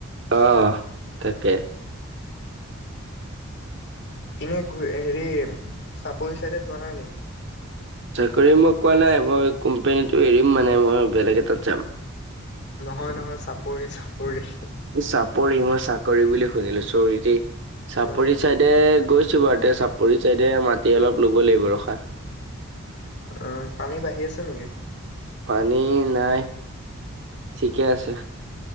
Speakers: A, on the right; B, on the left.
A: অ তাকে
B: এনেই ঘূৰি হেৰি চাপৰি ছাইডে যোৱা নাই নেকি
A: চাকৰি মই পোৱা নাই মই কোম্পেনীটো এৰিম মানে মই বেলেগ এটাত যাম
B: নহয় নহয় চাপৰি চাপৰি
A: এই চাপৰি মই চাকৰি বুলি শুনিলো চৰিট চাপৰি
B: উম,
A: চাইডে গৈছো বাৰু তে চাপৰি চাইদে মাটি অলপ লব লাগিব ৰখা
B: অ পানী বাঢ়ি আছে নেকি
A: পানী নাই ঠিকে আছে